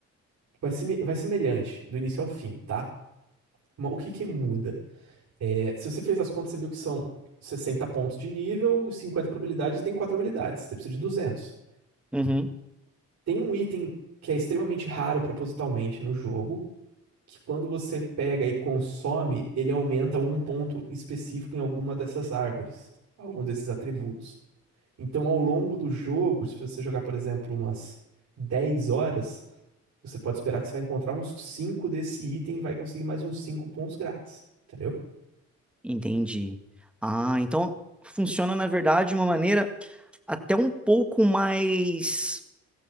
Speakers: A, on the right (about 60°); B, in the centre.
A: Vai, semi- vai semelhante do início ao fim, tá? Mas o que que muda? É, se você fez as contas, você viu que são 60 pontos de nível, 50 probabilidades, e tem 4 habilidades, você precisa de 200.
B: uhum,
A: Tem um item que é extremamente raro propositalmente no jogo, que quando você pega e consome, ele aumenta um ponto específico em alguma dessas árvores, algum desses atributos. Então, ao longo do jogo, se você jogar, por exemplo, umas 10 horas, você pode esperar que você vai encontrar uns 5 desse item e vai conseguir mais uns 5 pontos grátis, entendeu?
B: entendi. Ah, então funciona, na verdade, de uma maneira até um pouco mais,